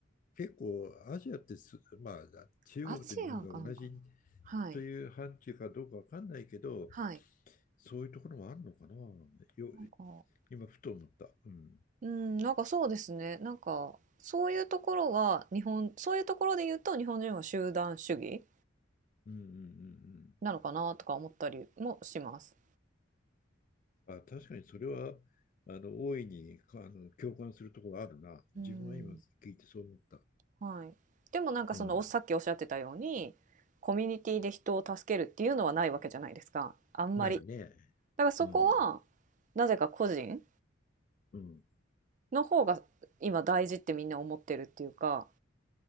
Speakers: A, on the left; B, on the right.
A: 結構アジアってす、まあ、中国と日本が同じ
B: アジアかなんかな。はい、
A: という範疇かどうかわかんないけど、
B: はい。
A: そういうところもあるのかな。よ、
B: なんか、
A: 今、ふと思った。うん。
B: うん、なんかそうですね。なんか、そういうところは、日本、そういうところで言うと、日本人は集団主義
A: うんうんう
B: なのかなとか思ったりもします。
A: んうん。あ、確かにそれは、あの、大いに、かあの、共感するところあるな。自分は今聞いてそう思った。
B: うん、はい。でもなんかそのおさっきおっしゃってたようにコミュニティで人を助けるっていうのはないわけじゃないですか。
A: うん。
B: あんまり。
A: ないね。
B: だからそこは
A: うん。
B: なぜか個人
A: うん。
B: の方が今大事ってみんな思ってるっていうか、